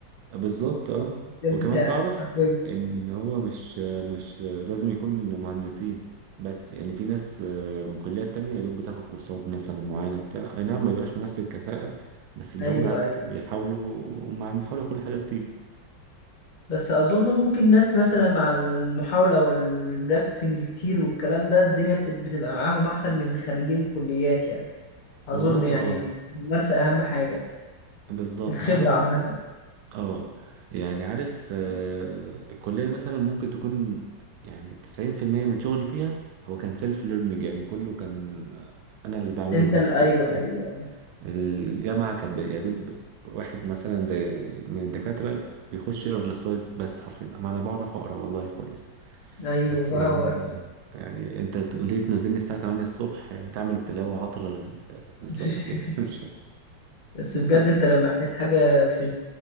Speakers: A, on the right; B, on the left.
A: بالظبط اه
B: ده
A: وكمان
B: بتاعك
A: تعرف
B: حرفيا
A: ان هو مش مش لازم يكون مهندسين بس يعني في ناس آه، من كليات تانية يا دوب بتاخد كورسات مثلا معينة بتاع اي نعم ما بيبقاش بنفس الكفاءة بس اللي
B: ايوه
A: هو
B: ايوه
A: بيحاولوا مع المحاولة كل حاجة بتيجي
B: بس اظن ممكن ناس مثلا مع المحاولة والبراكتسنج كتير والكلام ده الدنيا بت- بتبقى معاهم احسن من خريجين الكليات يعني اظن
A: والله
B: يعني
A: اه
B: الممارسة اهم حاجة
A: بالظبط
B: الخبرة
A: عارف
B: عامة
A: انت اه يعني عارف آه، الكلية مثلا ممكن تكون يعني تسعين في المية من شغلي فيها هو كان سيلف ليرنينج يعني كله كان أنا اللي بعمله
B: انت
A: بنفسي
B: ال- ايوه
A: وبتاع
B: ايوه
A: الجامعة كان يا دوب واحد مثلا زي من الدكاترة بيخش يقرا السلايدز بس حرفيا أما أنا بعرف أقرا والله كويس
B: ايوه
A: بس
B: بقى
A: يعني
B: هو
A: يعني أنت ليه تنزلني الساعة 8 الصبح يعني تعمل تلاوة عطرة للسلايدز
B: <laughs>
A: يعني <laughs> مش
B: بس بجد
A: فاهم
B: انت لو محتاج حاجة في